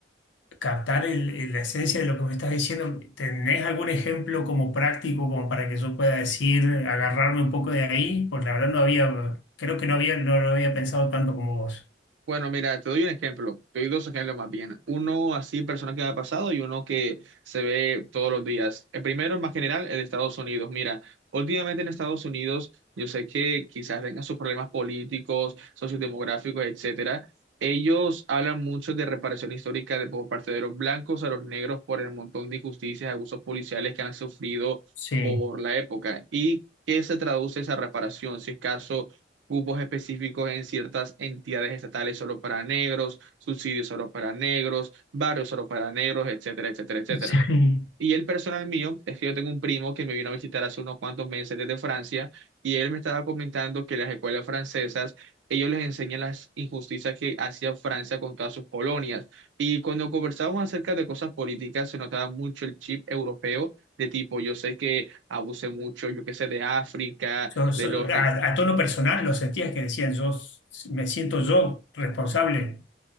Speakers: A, on the left; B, on the right.
A: captar el- el- la esencia de lo que me estás diciendo. ¿Tenés algún ejemplo como práctico como para que yo pueda decir, agarrarme un poco de ahí? Porque la verdad no había, creo que no había, no lo había pensado tanto como vos.
B: Bueno, mira, te doy un ejemplo, te doy dos ejemplos más bien. Uno así personal que me ha pasado y uno que se ve todos los días. El primero, más general, el de Estados Unidos. Mira, últimamente en Estados Unidos, yo sé que quizás tengan sus problemas políticos, sociodemográficos, etcétera. Ellos hablan mucho de reparación histórica de por parte de los blancos a los negros por el montón de injusticias, abusos policiales que han sufrido
A: Sí,
B: por la época. ¿Y qué se traduce esa reparación? Si es caso cupos específicos en ciertas entidades estatales solo para negros, subsidios solo para negros, barrios solo para negros, etcétera, etcétera, etcétera.
A: <laughs> sí.
B: Y el personal mío, es que yo tengo un primo que me vino a visitar hace unos cuantos meses desde Francia y él me estaba comentando que las escuelas francesas, ellos les enseñan las injusticias que hacía Francia con todas sus colonias. Y cuando conversábamos acerca de cosas políticas, se notaba mucho el chip europeo. De tipo, yo sé que abuse mucho, yo qué sé, de África,
A: Yo, so-
B: de los, no,
A: a, a tono personal lo sentías que decían, yo s- me siento yo responsable.